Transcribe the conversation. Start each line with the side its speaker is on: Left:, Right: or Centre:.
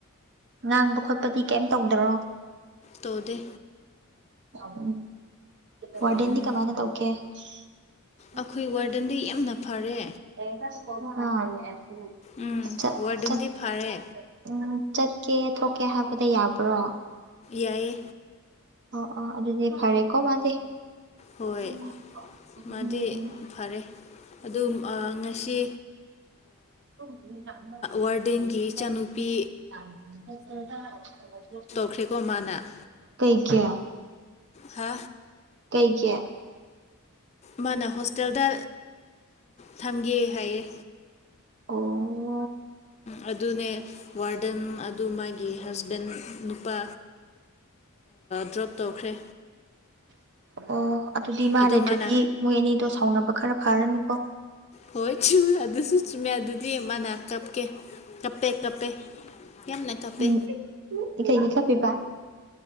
Right: ꯉꯥꯡꯕ ꯈꯣꯠꯄꯗꯤ ꯀꯩꯝ ꯇꯧꯗꯔꯣ
Left: ꯇꯧꯗꯦ
Right: ꯎꯝ ꯋꯥꯔꯗꯦꯟꯗꯤ
Left: ꯎꯝ
Right: ꯀꯃꯥꯏꯅ ꯇꯧꯒꯦ <unintelligible>
Left: ꯑꯩꯈꯣꯏ ꯋꯥꯔꯗꯟꯗꯤ ꯌꯥꯝꯅ ꯐꯔꯦ ꯎꯝ
Right: ꯆꯠ
Left: ꯋꯥꯔꯗꯟꯗꯤ
Right: ꯆꯠ
Left: ꯐꯔꯦ
Right: ꯎꯝ ꯆꯠꯀꯦ ꯊꯣꯛꯀꯦ ꯍꯥꯏꯕꯗ ꯌꯥꯕ꯭ꯔꯣ
Left: ꯌꯥꯏꯌꯦ
Right: ꯑꯣ ꯑꯣ ꯑꯗꯨꯗꯤ ꯐꯔꯦꯀꯣ ꯃꯥꯗꯤ
Left: ꯍꯣꯏ
Right: <unintelligible>
Left: ꯃꯥꯗꯤ ꯐꯔꯦ
Right: <unintelligible>
Left: ꯑꯗꯨ ꯉꯁꯤ ꯋꯥꯔꯗꯦꯟꯒꯤ
Right: <unintelligible>
Left: ꯏꯆꯥꯅꯨꯄꯤ ꯄꯨꯈ꯭ꯔꯤꯀꯣ ꯃꯥꯅ
Right: ꯀꯩ ꯀꯌꯥ
Left: ꯍꯥ
Right: ꯀꯩ ꯒꯤ
Left: ꯃꯥꯅ ꯍꯣꯁꯇꯦꯜꯗ ꯊꯝꯒꯦ ꯍꯥꯏꯌꯦ
Right: ꯑꯣ
Left: ꯎ ꯑꯗꯨꯅꯦ ꯋꯥꯔꯗꯟ ꯑꯗꯨ ꯃꯥꯒꯤ ꯒꯤ ꯍꯖꯕꯦꯟ ꯅꯨꯄꯥ ꯗ꯭ꯔꯣꯞ ꯇꯧꯈ꯭ꯔꯦ
Right: ꯑꯣ ꯑꯗꯨꯗꯤ ꯃꯥ
Left: ꯑꯗꯨ
Right: ꯂꯩꯗ꯭ꯔꯗꯤ
Left: ꯃꯥꯅ
Right: ꯃꯣꯏ ꯑꯅꯤꯗꯣ ꯁꯥꯎꯅꯕ ꯈꯔ ꯐꯔꯅꯤꯀꯣ
Left: ꯍꯣꯏ ꯆꯨꯝꯃꯦ ꯑꯗꯨꯁꯨ ꯆꯨꯝꯃꯦ ꯑꯗꯨꯗꯤ ꯃꯥꯅ ꯀꯞꯀꯦ ꯇꯞꯄꯦ ꯇꯞꯄꯦ ꯌꯥꯝꯅ ꯇꯞꯄꯦ
Right: ꯎꯝ ꯀꯩꯒꯤ ꯀꯞꯄꯤꯕ